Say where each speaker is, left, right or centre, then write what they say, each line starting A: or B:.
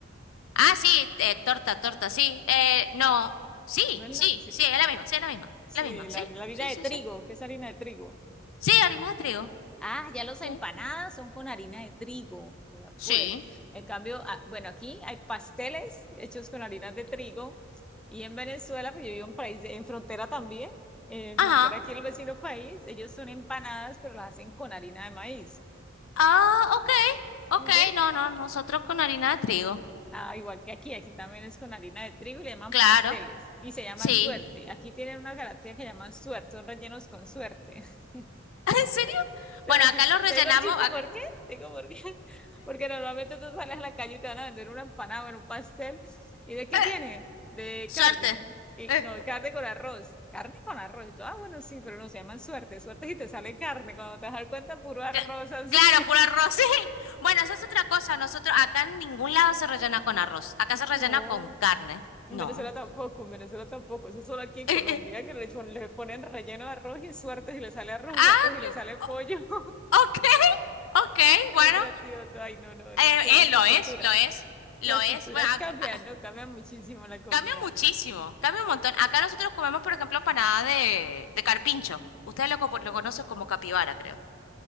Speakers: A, on the left (about 80°); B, in the centre.
A: Ah, sí, eh, torta, torta, sí, eh, no, sí,
B: No es
A: sí,
B: la, sí,
A: sí, es la misma, sí, es la misma,
B: sí,
A: la misma,
B: la,
A: sí,
B: la harina
A: sí, sí,
B: de trigo,
A: sí.
B: ¿qué es harina de trigo?
A: Sí, harina de trigo.
B: Ah, ya los
A: Sí.
B: empanadas son con harina de trigo, vea
A: Sí,
B: pues. En cambio, ah, bueno, aquí hay pasteles hechos con harina de trigo y en Venezuela, pues yo vivo en país, de- en frontera también, eh, en
A: ajá.
B: frontera aquí el vecino país, ellos son empanadas, pero las hacen con harina de maíz.
A: Ah, ok, ok,
B: ¿Ve?
A: no, no, nosotros con harina de trigo,
B: Ah, igual que aquí, aquí también es con harina de trigo y le llaman
A: claro,
B: pasteles y se llaman
A: sí.
B: suerte. Aquí tienen una garantía que llaman suerte, son rellenos con suerte. <laughs>
A: <laughs> ¿En serio?
B: Te
A: Bueno,
B: voy a decir-
A: acá lo rellenamos.
B: te digo el chiste,
A: Acá.
B: ¿por qué? Te digo por qué. <laughs> Porque normalmente tú sales a la calle y te van a vender una empanada o un pastel. ¿Y de qué
A: <laughs>
B: tiene? De
A: Suerte.
B: carne. Y,
A: Eh,
B: no, carne con arroz. Carne con arroz. Y tú, ah, bueno, sí, pero no se llaman suerte. Suerte si te sale carne. Cuando te das cuenta, puro arroz
A: Cla-
B: así.
A: Claro,
B: <laughs>
A: puro arroz, <laughs> sí. Bueno, esa es otra cosa. Nosotros acá en ningún lado se rellena con arroz. Acá se rellena
B: No,
A: con carne.
B: En
A: No.
B: Venezuela tampoco, en Venezuela tampoco. Eso solo aquí en
A: <laughs>
B: Colombia,
A: eh, eh.
B: que le, pon- le ponen relleno de arroz y suerte si le sale arroz,
A: Ah,
B: suerte si le sale pollo.
A: o-
B: <laughs>
A: ok, ok,
B: Es
A: bueno.
B: muy gracioso. Ay, no, no, la,
A: Eh,
B: cu- las
A: eh, lo
B: culturas.
A: es, lo es, lo
B: Las
A: es.
B: culturas
A: Bueno, ac-
B: cambian,
A: a-
B: ¿no? Cambia muchísimo la comida.
A: cambia muchísimo, cambia un montón. Acá nosotros comemos, por ejemplo, empanada de, de carpincho. Ustedes lo, co- lo conocen como capibara, creo.